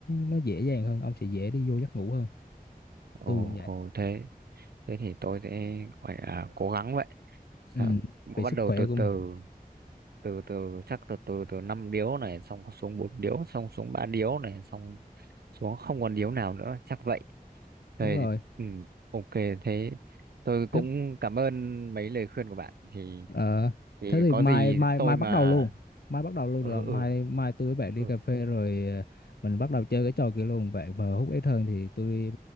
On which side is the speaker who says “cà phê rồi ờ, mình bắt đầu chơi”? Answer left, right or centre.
Left